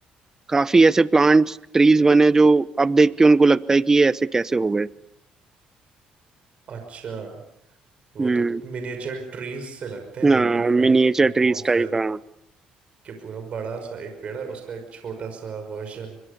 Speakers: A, on the right; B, on the right.
A: काफी ऐसे प्लांट्स ट्रीज बने जो अब देख के उनको लगता है कि ये ऐसे कैसे हो गए
B: अच्छा वो
A: हम्म
B: तो मिनिएचर ट्रीज से लगते हैं
A: हाँ
B: देखने में मैंने
A: मिनिएचर
B: जितना
A: ट्रीज
B: बॉन्साई
A: टाइप हाँ
B: कि पूरा बड़ा सा एक पेड़ है उसका एक छोटा सा वर्जन